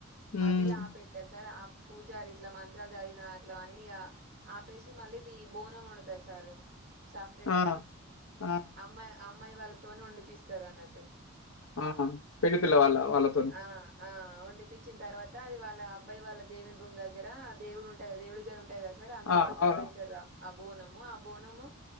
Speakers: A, on the right (about 40°); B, on the left (about 75°).
A: మధ్యల
B: ఉమ్.
A: ఆపేత్తరు సార్ ఆప్ పూజారిగిట్లా మంత్రాలు జదివినా అట్ల అన్నిగా ఆపేసి మళ్ళీ ది బోనం వండుతరు సారు. సపరేట్గా,
B: ఆ! ఆ!
A: అమ్మాయి అమ్మాయి వాళ్ళతోని వండిపిస్తరన్నట్టు.
B: ఆ! పెళ్లి పిల్ల
A: అండిపి
B: వాళ్ళ వాళ్ళతోని.
A: ఆ ఆ వండిపిచ్చిన్తర్వాత అది వాళ్ళ అబ్బాయి వాళ్ళ దేవుని రూమ్ దగ్గరా దేవుడుమ్టదిగా దేవుడి గది ఉంటది గదా స్ సర్ అందులో
B: ఆ!
A: అక్కడ
B: అవును.
A: బెడతరు ఆ బోనము, ఆ బోనము